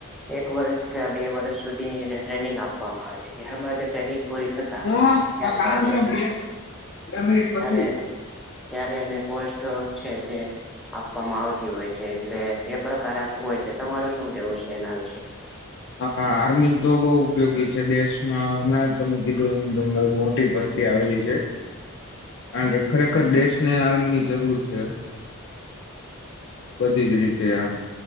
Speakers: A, in the centre; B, on the left.
A: એક વર્ષ કે બે વર્ષ સુધી એને ટ્રેનિંગ આપવામાં આવે છે ત્યારબાદ ટ્રેનિંગ પૂરી થતી
B: હું
A: ત્યાર
B: કામ
A: બાદ
B: છે
A: એને
B: બે બે મિનિટ
A: <unintelligible>
B: પછી.
A: ત્યારે એને પોસ્ટ છે તે આપવામાં આવતી હોય છે એટલે એ પ્રકારે આખું હોય છે તમારું શું કેવું છે એના વિશે
B: હા આર્મી તો બહુ ઉપયોગી છે દેશમાં હમણાં જ તમે કીધું એ બહુ મોટી ભર આવેલી છે. કારણ કે ખરેખર દેશ ને આર્મી ની જરૂર છે. બધી જ રીતે આમ